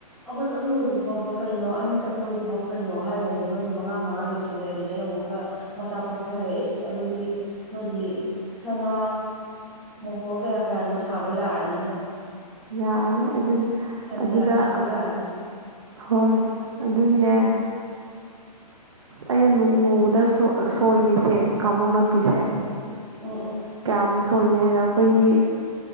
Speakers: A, in the centre; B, on the right.
A: ꯑꯃꯇꯪ ꯂꯣꯏꯕ ꯐꯥꯎꯕ ꯀꯩꯅꯣ ꯑꯅꯤꯇꯪ ꯂꯣꯏꯕ ꯐꯥꯎꯕ ꯀꯩꯅꯣ ꯍꯥꯏꯔꯤꯉꯩꯗ ꯅꯣꯏꯅ ꯃꯉꯥ ꯃꯉꯥ ꯂꯣꯏꯁꯤꯜꯂꯦ ꯑꯗꯨꯗꯩ ꯑꯃꯨꯛ ꯑꯃꯨꯛꯀ ꯃꯆꯥ ꯄꯣꯛꯊꯔꯦ ꯏꯁ ꯑꯗꯨꯗꯤ ꯅꯣꯏꯒꯤ ꯁꯅꯥ ꯃꯣꯍꯣꯔ ꯀꯌꯥ ꯀꯌꯥꯅꯣ ꯁꯥꯕ ꯌꯥꯔꯅꯤꯗ
B: ꯌꯥꯅꯤ ꯑꯗꯨꯗꯤ
A: ꯁꯟ
B: ꯑꯗꯨꯗ
A: ꯌꯥꯝ ꯁꯥꯕ ꯌꯥꯔꯅꯤ
B: ꯍꯣꯏ ꯑꯗꯨꯒꯤꯅꯦ ꯑꯩꯅ ꯅꯣꯡꯃꯗ ꯁꯣꯏꯒꯤꯁꯦ ꯀꯥꯡꯃꯧ ꯅꯥꯄꯤꯁꯦ
A: ꯎꯝ ꯎꯝ ꯎꯝ
B: ꯀꯌꯥꯃꯨꯛ ꯁꯣꯏꯅꯤ ꯍꯥꯏꯗ ꯑꯩꯈꯣꯏꯒꯤ